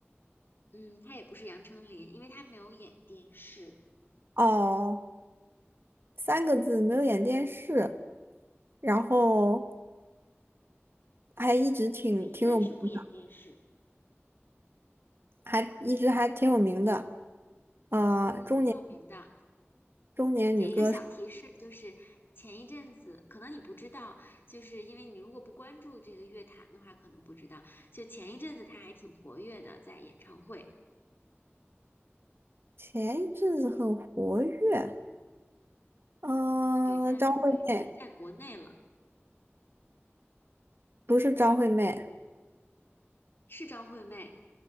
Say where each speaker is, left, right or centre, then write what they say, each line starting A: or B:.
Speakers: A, on the left (about 50°); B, on the right (about 55°).
A: 嗯，他也不是杨丞琳，因为他没有演电视，
B: 哦，三个字没有演电视，然后还一直挺挺有名的，
A: 对，一般是不演电视，
B: 还一直还挺有名的。啊，
A: 嗯，
B: 中年
A: 挺有名的。
B: 中年女歌手，
A: 给一个小提示，就是前一阵子，可能你不知道，就是因为你如果不关注这个乐坛的话，可能不知道。就前一阵子他还挺活跃的，在演唱会，
B: 前一阵子很活跃。嗯，
A: 对，但对，
B: 张惠妹
A: 但是在国内了，
B: 不是张惠妹
A: 是张惠妹，